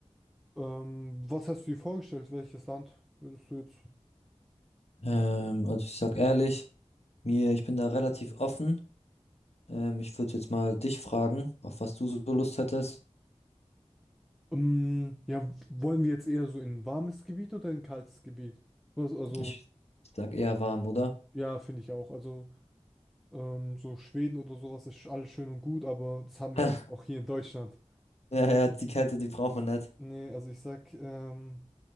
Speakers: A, in the centre; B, on the left (about 65°).
A: Ähm, was hast du dir vorgestellt? Welches Land würdest du jetzt?
B: Ähm, also ich sag ehrlich, mir, ich bin da relativ offen. Ähm, ich würde jetzt mal dich fragen, auf was du so Lust hättest.
A: Ähm, ja, wollen wir jetzt eher so in ein warmes Gebiet oder in ein kaltes Gebiet? Was, also,
B: Ich sag eher warm, oder?
A: ja, finde ich auch. Also, ähm, so Schweden oder sowas ist alles schön und gut, aber das haben
B: <laughs>
A: wir eigentlich auch hier in Deutschland.
B: Ja, ja, die Kälte, die braucht man nicht.
A: Nee, also ich sag ähm,